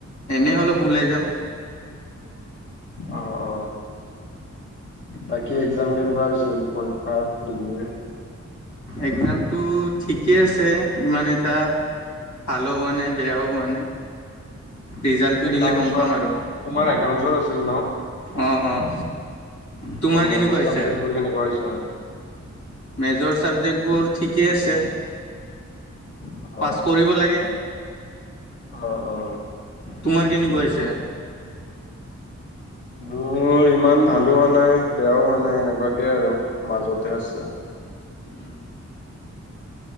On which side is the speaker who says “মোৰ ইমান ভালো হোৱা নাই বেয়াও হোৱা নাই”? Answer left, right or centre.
Left